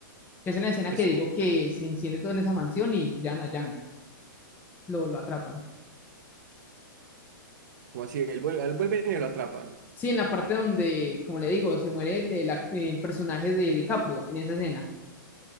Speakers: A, on the left (about 15°); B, on the right (about 55°).
A: Que es en la escena
B: <laughs> Eso,
A: que digo que se enciende todo en esa mansión y se llevan a Django. Lo, lo atrapan.
B: Como así, él vuelve, él vuelve y lo atrapan.
A: Sí, en la parte donde, como le digo, se muere el, el, act- el personaje de DiCaprio, en esa escena.